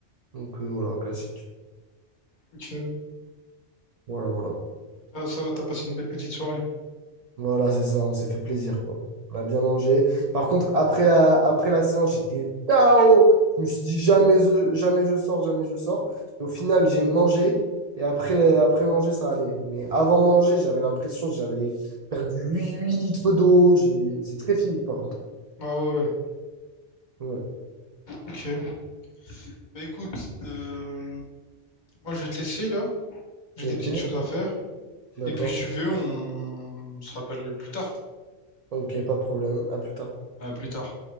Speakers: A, on the right (about 55°); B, on the left (about 45°).
A: Donc euh, voilà, classique.
B: Ok,
A: Voilà, voilà.
B: Ah, ça va, t'as passé une belle petite soirée.
A: Voilà, c'est ça, on s'est fait plaisir, quoi. On a bien mangé. Par contre, après la, après la séance, j'étais KO. Je me suis dit jamais je, jamais je sors, jamais je sors. Et au final, j'ai mangé. Et après, après manger, ça allait. Mais avant manger, j'avais l'impression que j'avais perdu huit 8 litres d'eau. J'ai- C'est très physique, par contre.
B: Ouais, ouais, ouais.
A: Ouais.
B: Ok. Bah écoute, euh, moi je vais te laisser là, j'ai
A: Ok,
B: des petites choses à faire.
A: d'accord.
B: Et puis si tu veux, on, on se rappelle plus tard.
A: Ok, pas de problème. À plus tard.
B: À plus tard.